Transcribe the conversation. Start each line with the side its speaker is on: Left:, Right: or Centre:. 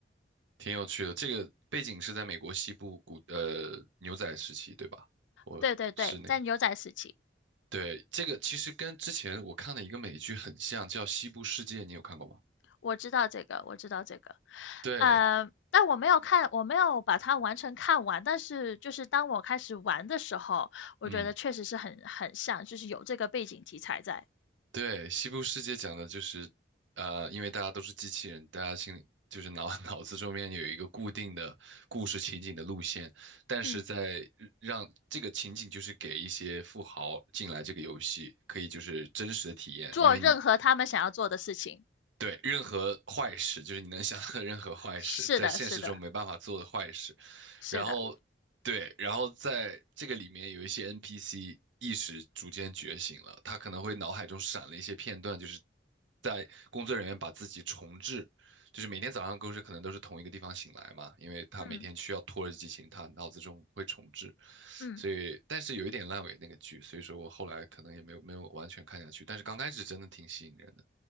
Right: 挺有趣的。这个背景是在美国西部古呃牛仔时期，对吧？我是那个，
Left: 对对对，在牛仔时期，
Right: 对，这个其实跟之前我看的一个美剧很像，叫《西部世界》，你有看过吗？
Left: 我知道这个，我知道这个，
Right: 对，
Left: 呃，但我没有看，我没有把它完全看完，但是就是当我开始玩的时候，我觉得确实是很很像，
Right: 嗯。
Left: 就是有这个背景题材在，
Right: 对，西部世界讲的就是，呃，因为大家都是机器人，大家心里就是脑 <laughs> 脑子中间有一个固定的故事情景的路线，但是在让这个情景就是给一些富豪进来这个游戏，
Left: 嗯。
Right: 可以就是真实的体验，
Left: 做任何他们想要做的事情。
Right: 因为你对任何坏事，就是你能想到的任何坏事，
Left: 是的，
Right: 在现实中没办法做的坏事。
Left: 是的，是的，
Right: 然后对，然后在这个里面有一些 NPC 意识逐渐觉醒了，他可能会脑海中闪了一些片段，就是在工作人员把自己重置，就是每天早上都是可能都是同一个地方醒来嘛，因为他每天需要拖着剧情，
Left: 嗯
Right: 他脑子中会重置，
Left: 嗯，
Right: 所以但是有一点烂尾那个剧，所以说我后来可能也没有没有完全看下去，但是刚开始真的挺吸引人的